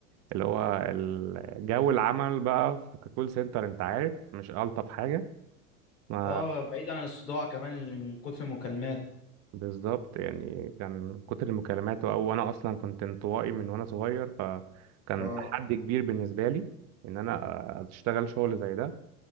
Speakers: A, on the right; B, on the left.
A: اللي هو ال- جو العمل بقى في كول سنتر انت عارف مش الطف حاجه ما
B: اه بعيد عن الصداع كمان اللي من كتر المكالمات
A: بالظبط يعني كان من كتر المكالمات او انا اصلا كنت انطوائي من وانا صغير فكان
B: اه
A: تحدي كبير بالنسبه لي ان انا اشتغل شغل زي ده